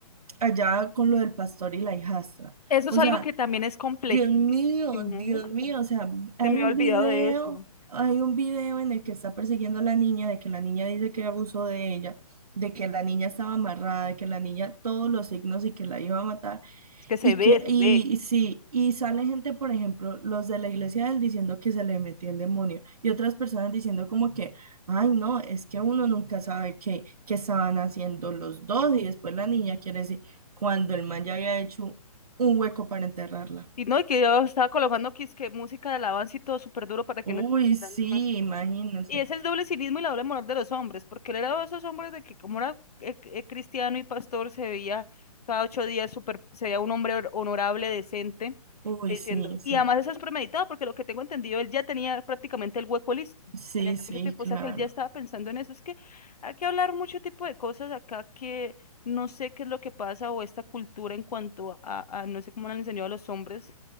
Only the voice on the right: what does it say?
allá con lo del pastor y la hijastra.
O
sea,
Dios mío, Dios mío, o sea, hay
un
video,
hay un video en el que está persiguiendo a la niña, de que la niña dice que abusó de ella, de que la niña estaba amarrada, de que la niña todos los signos y que la iba a matar,
y
que,
y,
y sí, y sale gente, por ejemplo, los de la iglesia de él diciendo que se le metió el demonio, y otras personas diciendo como que, ay, no, es que uno nunca sabe qué, qué estaban haciendo los dos, y después la niña quiere decir, cuando el man ya había hecho un hueco para enterrarla.
Uy,
sí, imagínense.
Uy,
sí, sí.
Sí,
sí,
claro.